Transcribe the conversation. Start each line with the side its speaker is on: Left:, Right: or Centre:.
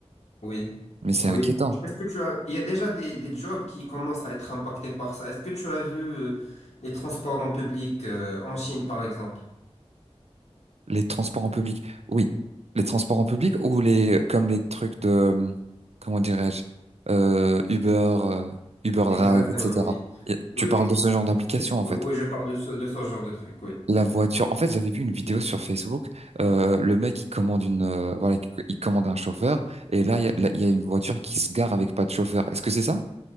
Left: oui.
Right: Mais c'est
Left: Oui.
Right: inquiétant.
Left: Est-ce que tu as... Il y a déjà des, des jobs qui commencent à être impactés par ça. Est-ce que tu as vu euh, les transports en public euh, en Chine, par exemple?
Right: Les transports en public, oui, les transports en public ou les comme les trucs de euh, comment dirais-je euh, Uber, euh, Uber Drive,
Left: Exactement,
Right: etc.
Left: oui.
Right: Et tu
Left: Oui,
Right: parles
Left: oui.
Right: de ce genre d'application en
Left: Oui,
Right: fait.
Left: oui, je parle de ce, de ce genre de truc, oui.
Right: La voiture. En fait, j'avais vu une vidéo sur Facebook. euh, le mec, il commande une, euh, voilà, il commande un chauffeur. Et là, il y a, là, il y a une voiture qui se gare avec pas de chauffeur. Est-ce que c'est ça?